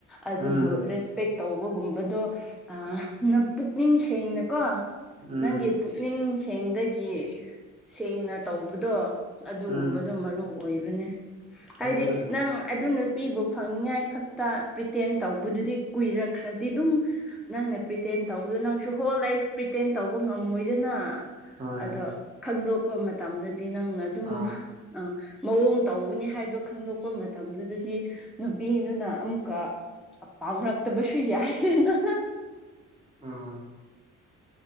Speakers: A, in the centre; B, on the right (about 20°).
A: ꯑꯗꯨꯕꯨ
B: ꯎꯝ
A: ꯔꯦꯁꯄꯦꯛ ꯇꯧꯕꯒꯨꯝꯕꯗꯣ ꯑꯥ ꯅ ꯄꯨꯛꯅꯤꯡ ꯁꯦꯡꯅꯀꯣ
B: ꯎꯝ
A: ꯅꯪꯒꯤ ꯄꯨꯛꯅꯤꯡ ꯁꯦꯡꯗꯥꯒꯤ ꯁꯦꯡꯅ ꯇꯧꯕꯗꯣ ꯑꯗꯨꯒꯨꯝꯕꯗꯣ
B: ꯎꯝ
A: ꯃꯔꯨ ꯑꯣꯏꯕꯅꯦ ꯍꯥꯏꯗꯤ
B: ꯑꯗꯨ ꯍꯣꯏ
A: ꯅꯪ ꯑꯗꯨ ꯅꯨꯄꯤꯕꯨ ꯐꯪꯅꯤꯉꯥꯏ ꯈꯛꯇꯥ ꯄ꯭ꯔꯤꯇꯦꯟ ꯇꯧꯕꯗꯨꯗꯤ ꯀꯨꯏꯔꯛꯈ꯭ꯔꯥꯗꯤ ꯑꯗꯨꯝ ꯅꯪꯅ ꯄ꯭ꯔꯤꯇꯦꯟ ꯇꯧꯕꯗꯣ ꯅꯪꯁꯨ ꯍꯣꯜ ꯂꯥꯏꯐ ꯄꯤꯇꯦꯟ ꯇꯧꯕ ꯉꯝꯃꯣꯏꯗꯅ
B: ꯍꯣꯏ
A: ꯑꯗꯣ ꯈꯪꯗꯣꯛꯄ ꯃꯇꯝꯗꯥꯗꯤ ꯅꯪꯅ
B: ꯑꯥ
A: ꯇꯨꯝ ꯑꯥ ꯃꯑꯣꯡ ꯇꯧꯕꯅꯤ ꯍꯥꯏꯕ ꯈꯪꯗꯣꯛꯄ ꯃꯇꯝꯗꯨꯗꯥꯗꯤ ꯅꯨꯄꯤꯗꯨꯅ ꯑꯃꯨꯛꯀꯥ ꯄꯥꯝꯔꯛꯇꯥꯕꯁꯨ ꯌꯥꯏꯗꯅ
B: ꯑꯥ